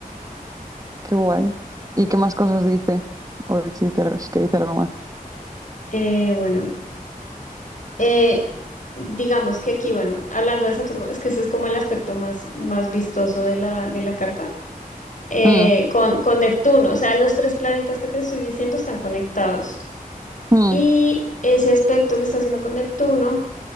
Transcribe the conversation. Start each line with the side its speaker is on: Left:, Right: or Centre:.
Right: Qué guay. ¿Y qué más cosas dice? O si dice algo, es que dice algo más.
Left: Eh, bueno, eh, digamos que aquí, bueno, hablando de Saturno, es que ese es como el aspecto más, más vistoso de la, de la carta eh,
Right: Mm,
Left: con, con Neptuno. O sea, los tres planetas que te estoy diciendo están conectados.
Right: mm,
Left: Y ese aspecto que está haciendo con Neptuno,